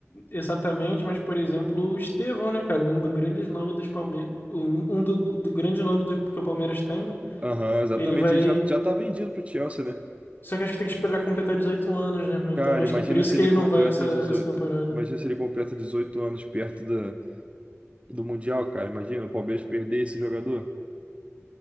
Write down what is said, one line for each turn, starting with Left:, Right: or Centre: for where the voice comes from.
Left: exatamente, mas por exemplo, o Estevão, né, cara, um dos grandes nomes dos Palmeiras, um, um do, do grande nome do, que o Palmeiras tem, né?
Right: Aham, exatamente.
Left: Ele vai
Right: Ele já, já tá vendido pro Chelsea, né?
Left: Só que acho que tem que esperar completar 18 anos, né? Mas
Right: Cara,
Left: Então acho
Right: imagina
Left: que é por isso
Right: se
Left: que
Right: ele
Left: ele
Right: completa
Left: não vai essa,
Right: 18,
Left: essa temporada.
Right: Imagina se ele completa 18 anos perto do, do Mundial, cara. Imagina o Palmeiras perder esse jogador.